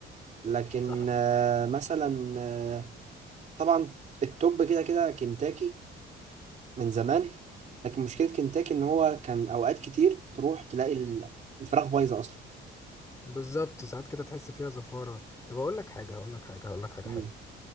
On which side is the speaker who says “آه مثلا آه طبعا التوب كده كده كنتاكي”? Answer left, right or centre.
Right